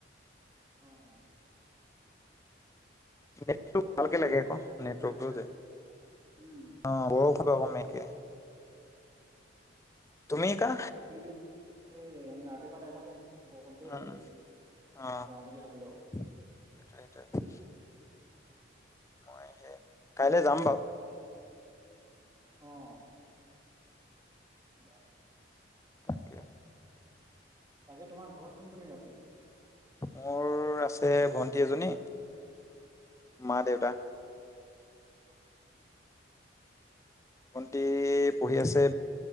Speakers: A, on the right; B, on the left.
A: অহ',
B: নেটটো
A: বৰষুণটো
B: ভালকে লাগে
A: দিয়া
B: আকৌ
A: নাই সেইটো
B: নেটৱৰ্কটো
A: টাইমতে',
B: যে
A: উম',
B: অ বৰষুণটো
A: তাকেই
B: আকৌ মেইনকে
A: ',
B: তুমি কা
A: এইকেইদিন, এই - এই, ৰাতিপুৱা টাইমতে', বৰষুণটোয়ে
B: উম
A: দিয়ে,
B: উম অ
A: যাওঁ বুলি ভাবিলোঁ',
B: সেইটোৱে - সেইটোৱে, মই সেই, কাইলৈ যাম বাৰু',
A: অহ', বা',
B: তাকে',
A: বাকী তোমাৰ ঘৰত কোন - কোনে আছে?
B: মোৰ আছে ভন্টি এজনী, মা
A: অ
B: দেউতা', ভণ্টি পঢ়ি আছে',